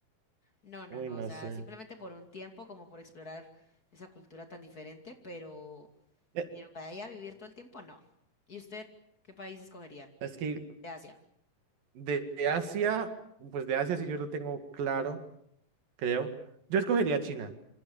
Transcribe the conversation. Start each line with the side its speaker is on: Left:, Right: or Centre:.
Left: No, no,
Right: Uy,
Left: no,
Right: no
Left: o sea,
Right: sé.
Left: simplemente por un tiempo, como por explorar esa cultura tan diferente, pero,
Right: Eh,
Left: pero para ir a vivir todo el tiempo, no. ¿Y usted qué país escogería?
Right: Es que
Left: De Asia,
Right: de, de Asia, pues de Asia sí yo lo tengo claro, creo. Yo escogería China,